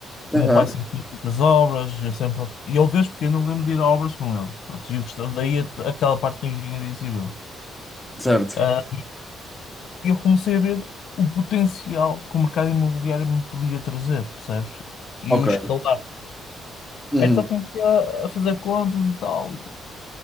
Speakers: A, in the centre; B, on the left (about 70°).
A: Aham.
B: O meu pai sempre fez muitas obras, eu sempre... e eu desde pequeno não lembro de ir a obras com ele. Pronto, e eu gostava- daí a- aquela parte da engenharia civil.
A: Certo.
B: Ah, eu comecei a ver o potencial que o mercado imobiliário me podia trazer, percebes? E
A: Ok.
B: o escalar.
A: Uhum.
B: Então comecei a a fazer contas e tal.